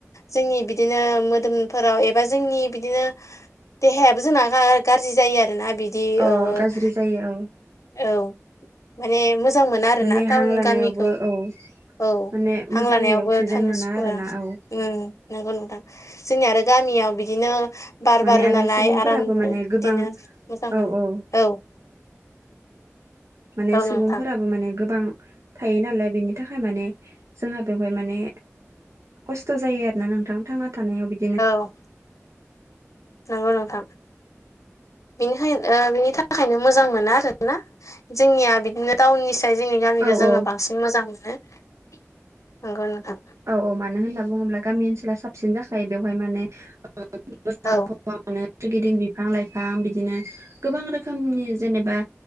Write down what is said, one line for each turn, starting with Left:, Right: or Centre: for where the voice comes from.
Left: जोंनि बिदिनो मोदोमफोराव एबा जोंनि बिदिनो देहायाबो जोंना गाज्रि जायो आरोना बिदि
Right: अ
Left: बिदि
Right: गाज्रि जायो औ
Left: औ माने मोजां मोना आरो
Right: माने
Left: ना टाउन
Right: हां लानायावबो
Left: गामिखौ
Right: औ
Left: औ
Right: माने
Left: हां
Right: मोजाङै
Left: लानायावबो
Right: अक्सिजेन
Left: थानो
Right: मोना
Left: सुखुवा
Right: आरोना औ
Left: ओं नंगौ नंथां जोंनिया आरो गामियाव बिदिनो बार
Right: माने
Left: बारो
Right: आरो
Left: नालाय
Right: सुबुंफोराबो
Left: आरामनो
Right: माने गोबां
Left: बिदिनो मोजां मोनो
Right: औ औ
Left: औ
Right: माने
Left: औ
Right: सुबुंफोराबो
Left: नोंथां
Right: माने गोबां थायो नालाय बेनि थाखाय माने जोंहा बेवहाय माने खस्थ' जायो आरोोना नोंथां थांना थानायाव बि
Left: औ नंगौ नोंथां बिनिखायनो बिनि थाखायनो मोजां मोना आरोना जोंनिया बिदिनो टाउननि साय जोंनि गामिखौ
Right: औ
Left: जोङो
Right: औ
Left: बांसिन मोजां मोनो नंगौ नोंथां
Right: औ औ मानो होनना बुङोब्ला गामि ओनसोला साबसिन जाखायो बेवहाय माने <unintelligible>
Left: औ
Right: नो सोरगिदिं बिफां लाइफां बिदिनो गोबां रोखोमनि जेनेबा